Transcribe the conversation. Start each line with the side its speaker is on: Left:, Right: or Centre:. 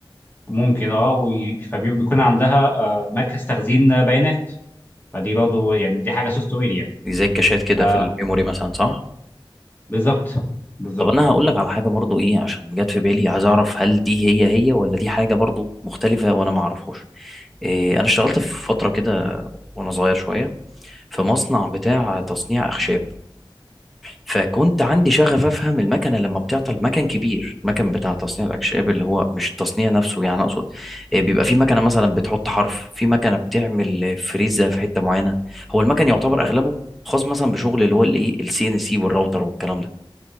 Left: ممكن اه وي- فبيكون عندها آه مركز تخزين بيانات فدي برضه يعني دي حاجه سوفت وير يعني
Centre: دي زي الكاشات كده
Left: آه
Centre: في الميموري مثلا صح
Left: بالظبط بالظبط
Centre: طب انا هقول لك على حاجه برضه ايه عشان جت في بالي عايز اعرف هل دي هي هي ولا دي حاجه برضه مختلفه وانا ما اعرفهاش إيه انا اشتغلت في فتره كده وانا صغير شويه في مصنع بتاع تصنيع اخشاب فكنت عندي شغف افهم المكنه لما بتعطل مكن كبير مكن بتاع تصنيع الاكشاب اللي هو مش التصنيع نفسه يعني اقصد آه، بيبقى في مكنه مثلا بتحط حرف في مكنه بتعمل آه، فريزه في حته معينه هو المكن يعتبر اغلبه خاص مثلا بشغل اللي هو الايه السي ان سي والراوتر والكلام ده